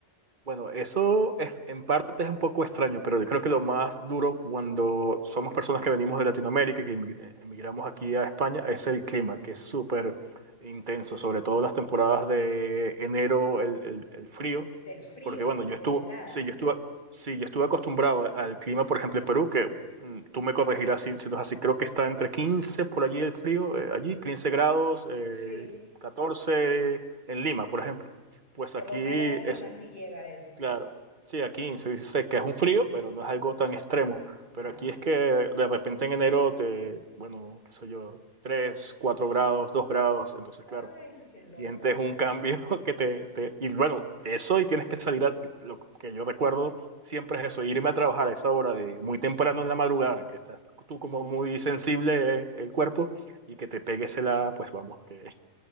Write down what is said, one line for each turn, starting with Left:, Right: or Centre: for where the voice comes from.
Right: Bueno, eso es, en parte es un poco extraño, pero yo creo que lo más duro cuando somos personas que venimos de Latinoamérica y que emi- eh, emigramos aquí a España es el clima, que es súper intenso, sobre todo en las temporadas de enero, el, el- el frío,
Left: Del frío,
Right: porque bueno, yo
Left: de
Right: estuve,
Left: la helada,
Right: sí, yo estuve, sí, yo estuve acostumbrado al clima, por ejemplo, en Perú, que mm, tú me corregirás si, si no es así, creo que está entre 15 por allí el frío, eh, allí 15 grados, eh,
Left: sí.
Right: 14 en Lima, por ejemplo. Pues
Left: Por
Right: aquí
Left: la humedad en Lima
Right: es,
Left: sí llega a eso,
Right: Claro, sí, aquí se dice que es un frío, pero no es algo tan extremo.
Left: claro.
Right: Pero aquí es que de repente en enero te, bueno, qué sé yo, 3, 4 grados, 2 grados, entonces
Left: Ay,
Right: claro,
Left: qué locos.
Right: sientes un cambio <laughs> que te, te- y bueno, eso y tienes que salir, a- lo que yo recuerdo siempre es eso, irme a trabajar a esa hora de muy temprano en la madrugada, que estás tú como muy sensible eh, el cuerpo y que te pegues la, pues vamos, que